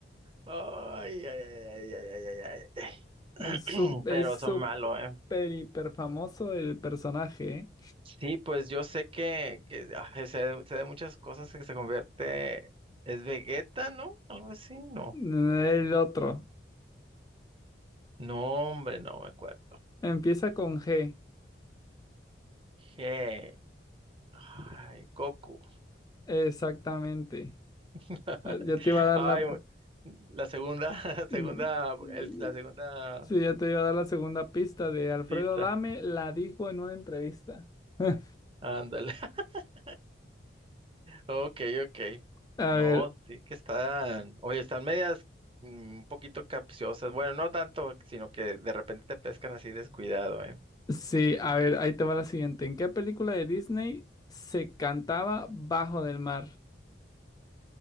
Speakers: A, on the right; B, on the left.
A: Ay, ay, ay, ay, ay, ay, ay, ay,
B: Mm, su-
A: ay.
B: es
A: <clears throat> Pero
B: súper
A: son malos, ¿eh?
B: hiper famoso el personaje. ¿eh?
A: Sí, pues yo sé que, que ah, sé, de sé de muchas cosas que se convierte. ¿Es Vegeta, no? Algo así, no.
B: El otro.
A: No, hombre, no me acuerdo.
B: Empieza con G.
A: Je- Ay, Goku.
B: Exactamente.
A: <laughs>
B: Ya ya te iba a dar
A: Ay,
B: la.
A: la segunda, <laughs> la
B: Mm,
A: segunda,
B: mm,
A: el- la segunda
B: Sí, ya te iba a dar la segunda pista de Alfredo
A: pista.
B: Adame. La dijo en una entrevista. <laughs>
A: Ándale. <laughs> Ok, ok.
B: A
A: No,
B: ver,
A: sí que están, oye, están medias mm, un poquito capciosas. Bueno, no tanto, sino que de repente te pescan así descuidado, ¿eh?
B: Sí, a ver, ahí te va la siguiente. ¿En qué película de Disney se cantaba Bajo del Mar?